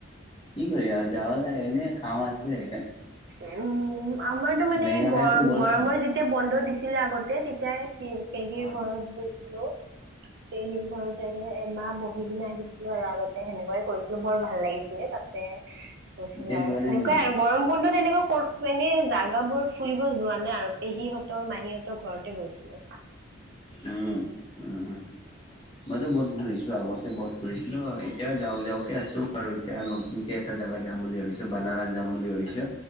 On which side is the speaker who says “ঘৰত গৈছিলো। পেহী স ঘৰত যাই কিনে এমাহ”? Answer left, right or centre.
Right